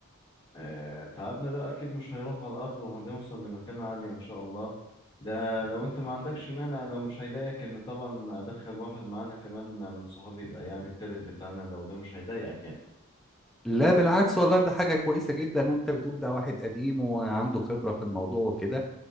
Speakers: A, on the left; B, in the centre.
A: آه تعبنا ده اكيد مش هيروح على الارض وهنوصل لمكان عالي ان شاء الله ده لو انت ما عندكش مانع لو مش هيضايقك ان طبعا ادخل واحد معانا كمان من صحابي يبقى يعني التالت بتاعنا لو ده مش هيضايقك يعني
B: لا بالعكس والله ده حاجة كويسة جدا وانت بتقول ده واحد قديم وعنده خبرة في الموضوع وكده